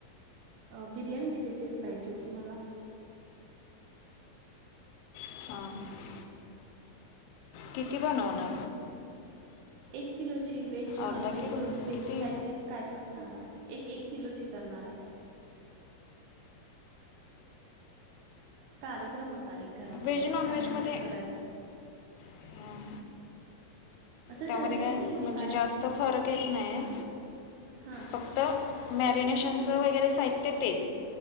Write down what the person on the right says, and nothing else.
अ बिर्याणीची रेसिपी पाहिजे होती मला
हम् एक किलो व्हेज नॉन
व्हेज
दोन्ही पैकी
काहीतरी काय पण सांगा? एक किलुची करणार आहे. कार्यक्रम होता. एक घरामध्ये
त्यामुळे ते करायचं.
असं
ठरलं
नाहीये
की काय
हा